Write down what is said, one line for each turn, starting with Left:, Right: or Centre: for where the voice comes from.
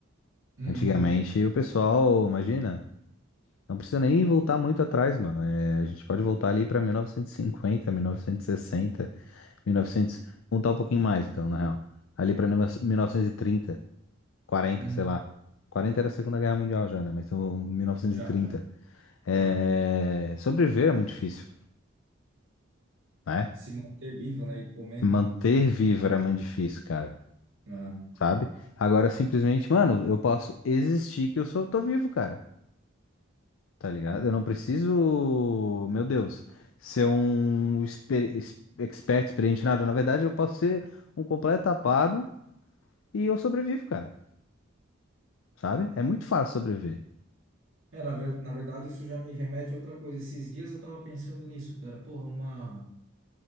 Right: Uhum,
Left: Antigamente
Right: uhum,
Left: o pessoal, imagina, não precisa nem voltar muito atrás, mano. É, a gente pode voltar ali pra 1950, 1960, 1900, voltar um pouquinho mais, então, na real. Ali pra 1930, 40,
Right: uhum.
Left: sei lá. 40 era a Segunda Guerra Mundial já, né? Mas então 1930.
Right: Já, já.
Left: É,
Right: ah
Left: sobreviver é muito difícil, né?
Right: Se manter vivo, né? E comendo
Left: Manter
Right: e confortável.
Left: vivo era muito difícil, cara.
Right: Aham.
Left: sabe? Agora simplesmente, mano, eu posso existir que eu sou, tô vivo, cara, tá ligado? Eu não preciso, meu Deus, ser um exper, ex- expert, experiente em nada. Na verdade, eu posso ser um completo tapado e eu sobrevivo, cara, sabe? É muito fácil sobreviver.
Right: É, na, ver, na verdade, isso já me remete a outra coisa. Esses dias eu tava pensando nisso, cara. Porra, uma,